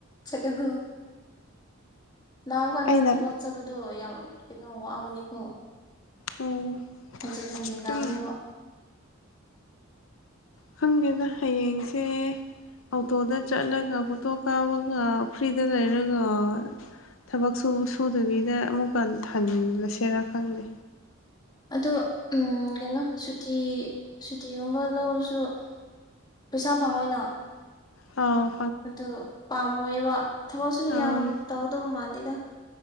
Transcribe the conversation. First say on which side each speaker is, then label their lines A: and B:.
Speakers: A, on the left; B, on the left.
A: ꯆꯠꯀꯅꯨ ꯅꯥꯕ ꯀꯥꯟꯗ
B: ꯑꯩꯅ
A: ꯊꯕꯛ ꯆꯠꯕꯗꯣ ꯌꯥꯝ ꯀꯩꯅꯣ ꯋꯥꯕꯅꯤꯀꯣ
B: ꯎꯝ
A: ꯍꯟꯖꯤꯟ ꯍꯟꯖꯤꯟ ꯅꯥꯒꯅꯦꯕ
B: ꯎꯝ ꯈꯪꯗꯦꯗ ꯍꯌꯦꯡꯁꯦ ꯑꯧꯇꯣꯗ ꯆꯠꯂꯒ ꯐꯣꯇꯣ ꯀꯥꯞꯄꯒ ꯐ꯭ꯔꯤꯗ ꯂꯩꯔꯒ ꯊꯕꯛꯁꯨ ꯁꯨꯗꯕꯤꯗ ꯑꯃꯨꯛꯀ ꯊꯜꯂꯁꯦꯔꯥ ꯈꯪꯗꯦ
A: ꯑꯗꯣ ꯎꯝ ꯀꯩꯅꯣ ꯁꯨꯇꯤ ꯁꯨꯇꯤꯒꯨꯝꯕ ꯂꯧꯔꯁꯨ ꯄꯩꯁꯥ ꯐꯪꯉꯣꯏꯅ
B: ꯑꯥ
A: ꯑꯗꯨ ꯄꯥꯝꯃꯣꯏꯌꯦꯕ ꯊꯕꯛꯁꯨ
B: ꯑꯥ
A: ꯌꯥꯝ ꯇꯧꯗꯧ ꯃꯥꯟꯗꯦꯗ